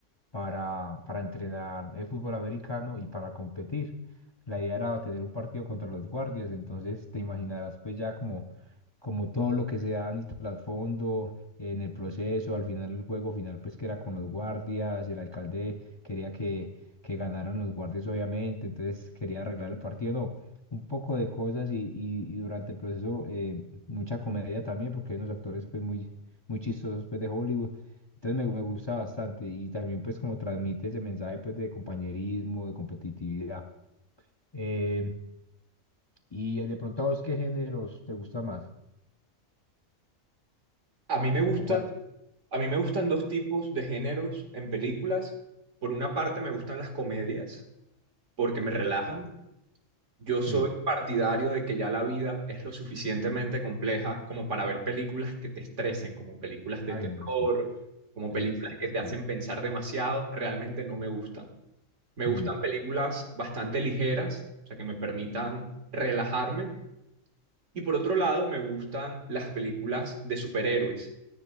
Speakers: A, on the left; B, on the right.
A: para, para entrenar el fútbol americano y para competir. La idea era tener un partido contra los guardias, entonces te imaginarás pues ya como, como todo lo que se da en el trasfondo, en el proceso, al final el juego final pues que era con los guardias, el alcalde quería que, que ganaran los guardias obviamente, entonces quería arreglar el partido, no, un poco de cosas y, y- y durante el proceso eh, mucha comedia también porque hay unos actores pues muy, muy chistosos pues de Hollywood. Entonces me, me gusta bastante y también pues como transmite ese mensaje pues de compañerismo, de competitividad. Eh, y de pronto a vos, ¿qué géneros te gusta más?
B: A mí me gustan,
A: ¿O cuáles?
B: a mí me gustan dos tipos de géneros en películas. Por una parte me gustan las comedias porque me relajan. Yo
A: Sí.
B: soy partidario de que ya la vida es lo suficientemente compleja como para ver películas que te estresen, como películas de
A: Ay,
B: terror,
A: no, sí.
B: como
A: Triste,
B: películas que te hacen
A: sí.
B: pensar demasiado, realmente no me gustan. Me gustan
A: Mm,
B: películas bastante ligeras, o sea, que me permitan relajarme. Y por otro lado, me gustan las películas de superhéroes.